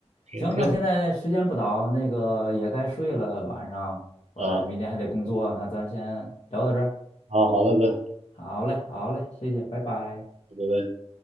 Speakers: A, on the right; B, on the left.
A: 挺挺好
B: 行，那现在时间不早，那个也该睡了，晚上回来明天还得工作，
A: 啊，
B: 那咱先聊到这儿。
A: 好好的哥，拜
B: 好嘞，好嘞，谢谢，拜拜。
A: 拜。